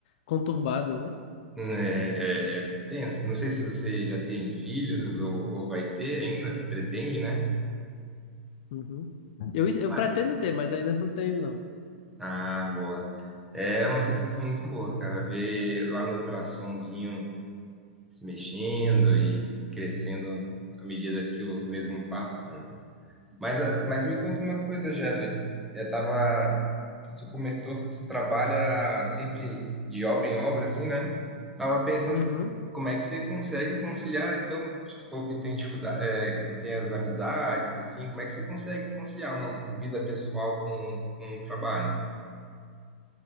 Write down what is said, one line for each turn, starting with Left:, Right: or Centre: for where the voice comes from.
Left: conturbadas, né?
Centre: é, é, é tenso. Não sei se você já tem filhos ou, ou vai ter ainda, pretende, né?
Left: Uhum. Eu, eu
Centre: Vai.
Left: pretendo ter, mas ainda não tenho, não.
Centre: Ah, boa. É uma sensação muito boa, cara, ver lá no ultrassomzinho se mexendo e e crescendo à medida que os meses vão passando. Mas, a- mas me conta uma coisa, Jedway. Eu tava, tu tu comentou que tu trabalha sempre de obra em obra, assim, né? Tava pensando,
Left: Uhum.
Centre: como é que você consegue conciliar, então, se tu for que tem dificuldade, é, não tem as amizades, assim, como é que você consegue conciliar uma vida pessoal com, com o trabalho?